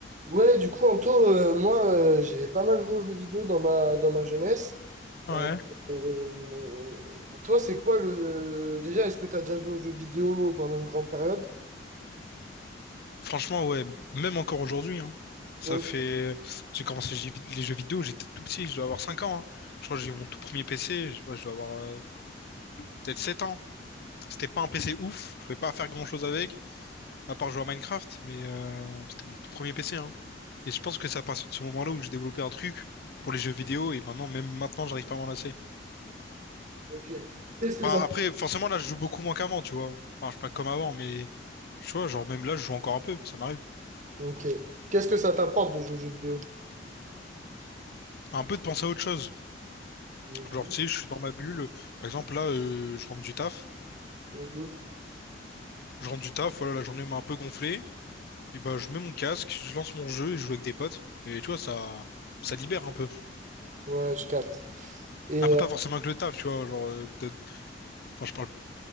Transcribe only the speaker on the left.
Ouais,
franchement, ouais, même encore aujourd'hui, hein. Ça
fait. J'ai commencé les jeux vid- les jeux vidéo, j'étais tout petit, je dois avoir 5 ans. hein. Je crois que j'ai eu mon tout premier PC, je, ouais, je dois avoir euh, peut-être 7 ans. C'était pas un PC ouf, je pouvais pas faire grand-chose avec, à part jouer à Minecraft, mais euh, c'était mon tout premier PC. Hein. Et je pense que c'est à partir de ce moment-là où j'ai développé un truc pour les jeux vidéo, et maintenant, même maintenant, j'arrive pas à m'en lasser.
Enfin,
après, forcément, là, je joue beaucoup moins qu'avant, tu vois. Enfin, je suis pas comme avant, mais tu vois, genre, même là, je joue encore un peu, ça m'arrive.
Un peu de penser à autre chose.
Genre, tu sais, je suis dans ma bulle. Par exemple, là, euh, je rentre du taf.
Je rentre du taf, voilà, la journée m'a un peu gonflé. Et bah, je mets mon casque, je lance mon jeu et je joue avec des potes. Et tu vois, ça, ça libère un peu.
Après,
pas forcément que le taf, tu vois. Genre, euh, peut-être- enfin, je parle